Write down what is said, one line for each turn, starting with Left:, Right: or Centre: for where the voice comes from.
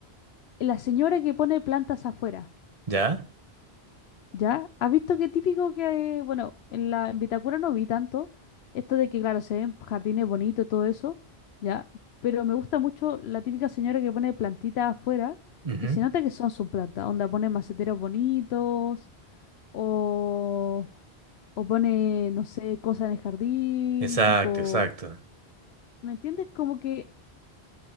Left: la señora que pone plantas afuera,
Right: ¿Ya?
Left: ¿ya? ¿Has visto qué típico que, bueno, en la en Vitacura no vi tanto, esto de que, claro, se ven jardines bonitos, todo eso, ¿ya? Pero me gusta mucho la típica señora que pone plantitas afuera
Right: Ujú.
Left: y se nota que son sus plantas, onda pone maceteros bonitos. o, o pone, no sé, cosas en el jardín,
Right: Exacto,
Left: tipo,
Right: exacto.
Left: ¿me entiendes? Como que